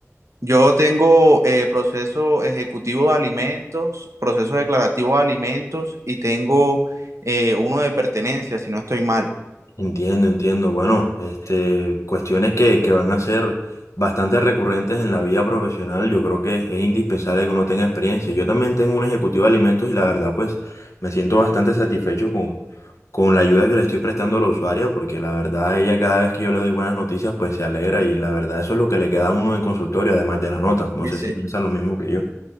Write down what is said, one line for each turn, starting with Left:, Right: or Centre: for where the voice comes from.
Right: Yo tengo eh, proceso ejecutivo de alimentos, proceso declarativo de alimentos y tengo eh, uno de pertenencia, si no estoy mal.
Left: Entiendo, entiendo. Bueno, este, cuestiones que, que van a ser bastante recurrentes en la vida profesional. Yo creo que es indispensable que uno tenga experiencia. Yo también tengo un ejecutivo de alimentos y la verdad, pues, me siento bastante satisfecho con, con la ayuda que le estoy prestando a la usuaria, porque la verdad, ella cada vez que yo le doy buenas noticias, pues se alegra y la verdad, eso es lo que le queda a uno en consultorio, además de la nota. No
Right: Dice.
Left: sé si piensan lo mismo que yo.